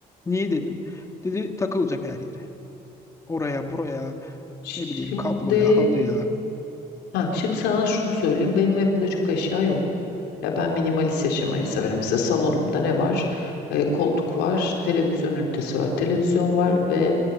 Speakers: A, on the left; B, on the left.
A: Niye dedim? Dedi takılacak her yere. Oraya buraya
B: Şimdi
A: ne bileyim kabloya halıya.
B: Ha, şimdi sana şunu söyleyeyim. Benim evimde çok eşya yok. Ya ben minimalist yaşamayı severim. Mesela salonumda ne var? Ee, koltuk var, televizyon ünitesi var, televizyon var ve